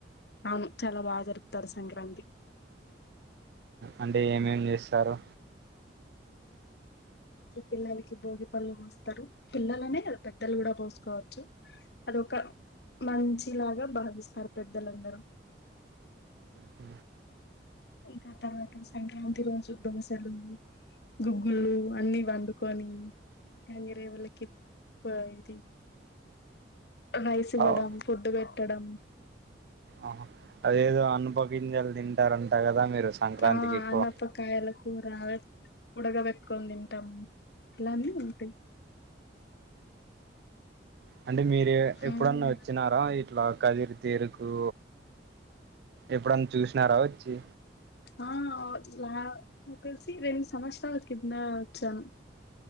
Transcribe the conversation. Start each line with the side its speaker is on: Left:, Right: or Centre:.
Left: అవును చాలా బా జరుపుతారు సంక్రాంతి
Right: అంటే ఏమేం చేస్తారు
Left: పిల్లలకి భోగి పళ్ళు పోస్తారు పిల్లలనే కాదు పెద్దలు కూడా పోసుకోవచ్చు అదొక మంచిలాగా భావిస్తారు పెద్దలందరూ
Right: అ
Left: ఇంకా ఆ తర్వాత సంక్రాంతి రోజు దోసలు గుగ్గులు అన్ని వండుకొని గంగరేవుల్లకి పో ఇది రైస్ ఇవ్వడం
Right: అవ్
Left: ఫుడ్ పెట్టడం
Right: ఆహా అదేదో అనుప గింజలు తింటారంట కదా మీరు సంక్రాంతికి
Left: ఆ
Right: ఎక్కువ
Left: అనపకాయల కూర ఉడగా పెట్టుకొని తింటాం ఇలానే ఉంటాయి
Right: అంటే మీరు ఎప్పుడన్నా
Left: ఉమ్.
Right: వచ్చినారా ఇట్లా కదిరి తీరుకు ఎప్పుడన్నా చూసినారా వచ్చి
Left: ఆ అలా నా తెలిసి రెండు సంవత్సరాల కింద వచ్చాను